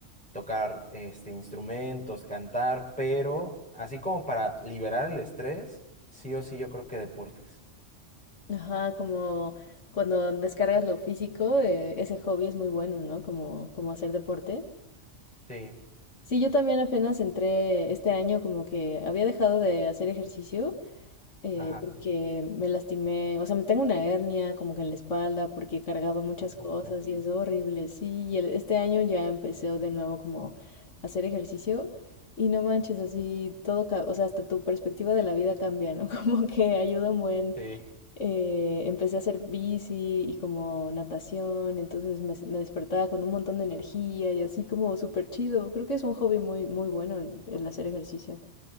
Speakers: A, in the centre; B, on the left.
A: tocar este, instrumentos, cantar, pero así como para liberar el estrés, sí o sí yo creo que deportes.
B: Ajá, como cuando descargas lo físico, eh, ese hobby es muy bueno, ¿no? Como, como hacer deporte.
A: Sí,
B: Sí, yo también apenas entré este año, como que había dejado de hacer ejercicio eh,
A: ajá,
B: porque me lastimé, o sea, me tengo una hernia como que en la espalda porque cargaba muchas
A: ¿a poco?
B: cosas y es horrible, sí. Y el- este año ya empecé de nuevo como a hacer ejercicio y no manches, así todo, ca- o sea, hasta tu perspectiva de la vida cambia, ¿no? <laughs> Como que ayuda un buen
A: Sí.
B: eh, empecé a hacer bici y como natación, entonces me, me despertaba con un montón de energía y así como súper chido. Creo que es un hobby muy, muy bueno el, el hacer ejercicio.